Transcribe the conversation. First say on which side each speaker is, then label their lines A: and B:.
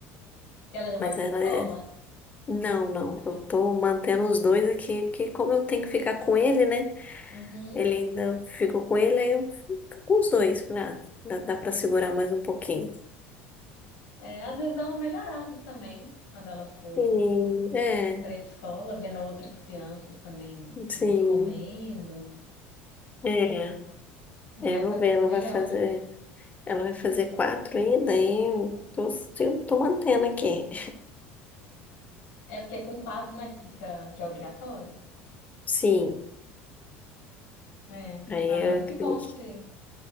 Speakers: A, on the left; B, on the left.
A: E ela já vai
B: Mas
A: pra
B: ela
A: escola?
B: é, não, não,
A: Ainda
B: eu
A: Não.
B: tô mantendo os dois aqui, porque como eu tenho que ficar com ele, né?
A: Uhum.
B: Ele ainda ficou com ele, aí eu fico com os dois, né? Dá, dá pra segurar mais um pouquinho.
A: É, às vezes dá uma melhorada também quando ela for.
B: Sim, é,
A: para a escola, vendo outras crianças também,
B: sim,
A: às vezes comendo,
B: é,
A: né?
B: é, vou
A: Pode
B: ver,
A: ser que
B: ela
A: melhore.
B: vai fazer. Ela vai fazer quatro ainda, aí eu tô, eu tô mantendo aqui.
A: É porque é com quatro, né, que fica, que é obrigatório.
B: Sim,
A: É.
B: aí
A: Ah, não, mas
B: eu acredito.
A: que bom que você,